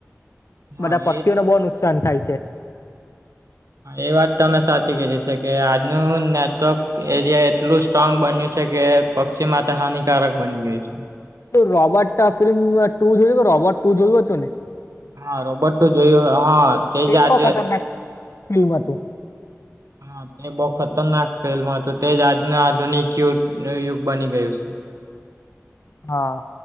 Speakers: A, on the right; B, on the left.
A: હા
B: બધા પક્ષીઓને
A: એ
B: બો નુકસાન થાય છે.
A: એ વાત અમે સાચી કિધી છે, કે આજનું નેટવર્ક એરિયા એટલું સ્ટ્રોંગ બન્યું છે, કે પક્ષી માટે હાનિકારક બની ગયુ છે.
B: રાબોટ ફિલ્મ ટૂ જોયુ રોબોટ ટુ જોયુ હતુને
A: હા રોબોટ ટુ જોયું હ તે જ આજે
B: બહુ ખતરનાક ફિલ્મ હતું.
A: હ તે બો ખતરનાક ફિલ્મ હતું તે જ આજનું આધુનિક યુ યુગ બની ગયું છે.
B: હા.